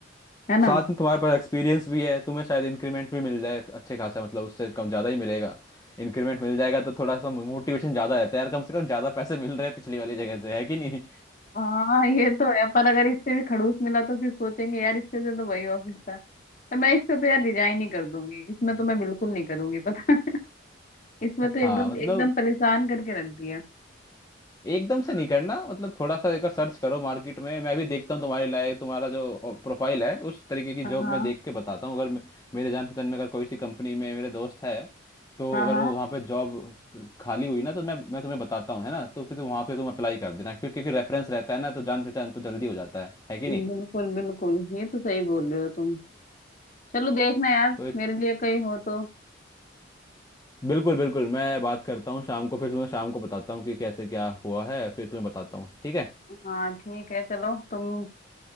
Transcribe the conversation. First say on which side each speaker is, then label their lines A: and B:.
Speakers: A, on the left (about 40°); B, on the left (about 20°).
A: है ना
B: साथ में तुम्हारे पास एक्सपीरियंस भी है तुम्हें शायद इंक्रीमेंट भी मिल जाए अच्छे खासा मतलब उससे कम ज़्यादा ही मिलेगा इंक्रीमेंट मिल जाएगा तो थोड़ा सा मोटिवेशन ज़्यादा रहता है यार कम से कम ज़्यादा पैसे मिल रहे हैं पिछली वाली जगह से है कि नहीं
A: हाँ ये तो है पर अगर इससे भी खड़ूस मिला तो फिर सोचेंगे यार इससे जो तो वही ऑफिस था पर मैं इससे तो यार रिजाइन ही कर दूंगी इसमें तो मैं बिल्कुल नहीं करूंगी पता <laughs> इसमें
B: <laughs>
A: तो
B: हाँ
A: एकदम
B: मतलब
A: एकदम परेशान करके रख दिया
B: एकदम से नहीं करना मतलब थोड़ा सा एक सर्च करो मार्केट में मैं भी देखता हूँ तुम्हारे लायक तुम्हारा जो प्रोफाइल है उस तरीके की
A: हाँ
B: जॉब
A: हाँ
B: मैं देख के बताता हूँ अगर मे- मेरे जान पहचान में अगर कोई सी कंपनी में मेरे दोस्त है तो
A: हाँ
B: अगर
A: हाँ।
B: वो वहाँ पे जॉब खाली हुई ना तो मैं मैं तुम्हें बताता हूँ है ना तो फिर तुम वहाँ पे तुम अप्लाई कर देना फिर क्योंकि रेफरेंस रहता है ना तो जान पहचान तो जल्दी हो जाता है है कि
A: बिल्कुल
B: नहीं
A: बिल्कुल ये तो सही बोल रहे हो तुम चलो देखना यार
B: तो एक
A: मेरे लिए कहीं हो तो
B: बिल्कुल बिल्कुल मैं बात करता हूँ शाम को फिर तुम्हें शाम को बताता हूँ कि कैसे क्या हुआ है फिर तुम्हें बताता हूँ ठीक है
A: हाँ ठीक है चलो तुम